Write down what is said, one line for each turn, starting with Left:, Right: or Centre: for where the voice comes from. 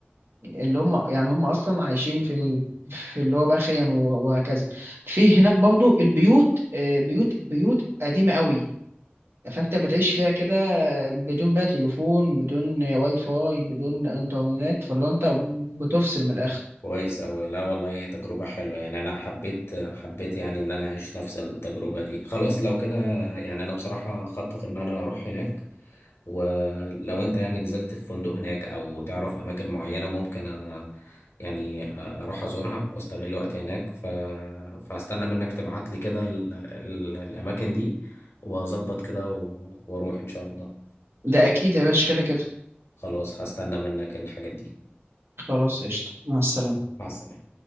Right: اللي هم يعني هم أصلا عايشين في ال... في اللي هو بقى خيم وهكذا في هناك برضه البيوت آه، بيوت بيوت قديمة قوي فانت بتعيش فيها كده بدون بقى تليفون بدون واي فاي بدون انترنت فاللي هو انت بتفصل من الاخر
Left: كويس أوي لا والله هي تجربة حلوة يعني أنا حبيت حبيت يعني إن أنا أعيش نفس التجربة دي خلاص لو كده يعني أنا بصراحة خطط إن أنا أروح هناك ولو أنت يعني نزلت في فندق هناك أو تعرف أماكن معينة ممكن أ... يعني أ- أروح أزورها وأستغل وقتي هناك ف... فأستنى منك تبعت لي كده ال... ال... الأماكن دي وأظبط كده و... وأروح إن شاء الله
Right: ده اكيد يا باشا كده كده
Left: خلاص هستنى منك الحاجات دي
Right: خلاص قشطة مع السلامة
Left: مع السلامة